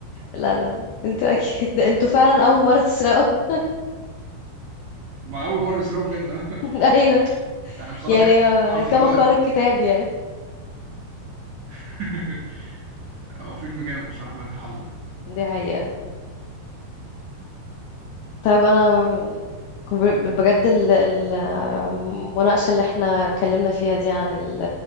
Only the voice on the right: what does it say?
ما اول مره يسرقوا بجد <laughs>
انا بصراحه
بحب
بنك الحظ
اللي هو
<laughs> هو فيلم جامد بصراحه بنك الحظ ده